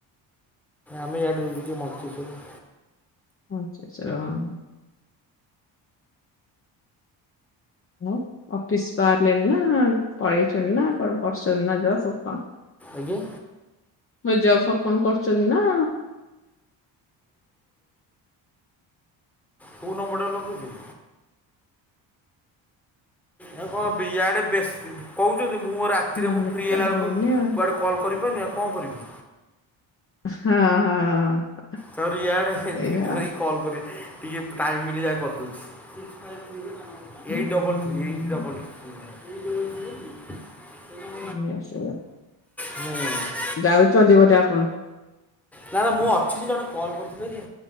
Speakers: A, in the centre; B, on the left (about 30°).
A: ଆମେ ଇଆଡେ ରୁହଚେ ମଞ୍ଚେଶ୍ୱର।
B: ମଞ୍ଚେଶ୍ୱର ହଁ ହଁ। ଆଉ ଅଫିସ ବାହାରିଲେନ ନା ପଳେଇଚନ୍ତି ନା କଣ କରଚନ୍ତି ନା ଯବ ସବୁ କଣ?
A: ଆଜ୍ଞା।
B: ମୁଁ <unintelligible> ଜବ ଫବ କଣ କରୁଚନ୍ତି ନା?
A: କୋଉ ନମ୍ବରଟାରେ ଲଗୋଉଚି? ଆଉ କଣ ବି ୟାଆଡେ ବେଶୀ କୋଉଚନ୍ତି ମୁଁ ଅରା ରାତିରେ
B: ନହେଲେ
A: ମୁଁ ଫ୍ରି
B: ତ
A: ହେଲା
B: ହଉନି
A: ବେଳକୁ
B: ଆଉ
A: କୁଆଡେ କଲ୍ କରିପାରୁନି ଆଉ କଣ କରିବି
B: ହଁ ହଁ
A: ତାପରେ ଇଆଡେ
B: ସେଇଆ
A: ଡିଢୋଇ କଲ୍ କରିବା ଟିକେ ଟାଇମ୍ ମିଳିଲେ ଯାହା କରିଦଉଛି। <unintelligible>
B: ହୁଁ
A: ଏଇଟ୍ ଡବଲ ଥ୍ରୀ ଏଇଟ୍ ଡବଲ ଥ୍ରି ନା କଣ ମୁ ବି <unintelligible>
B: ଏଇ ଆଶୁ ବା
A: ହୁଁ
B: ଯାଉଛନ୍ତି ବୋଧେ ଆପଣ?
A: ନା ନା ମୁଁ ଅଛି ଯେ ଜଣେ କଲ କରିଥିଲେ ଯେ